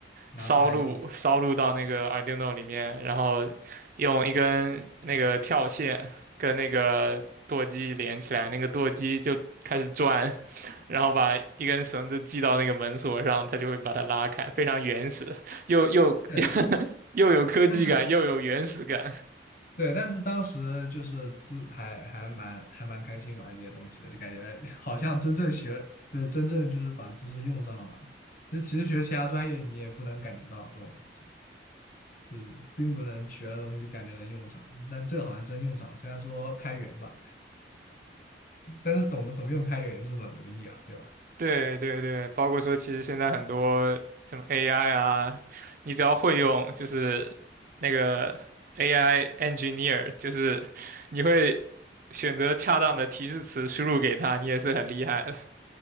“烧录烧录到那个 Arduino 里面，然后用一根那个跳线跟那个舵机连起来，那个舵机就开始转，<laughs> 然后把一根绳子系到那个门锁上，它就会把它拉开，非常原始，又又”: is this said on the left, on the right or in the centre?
Right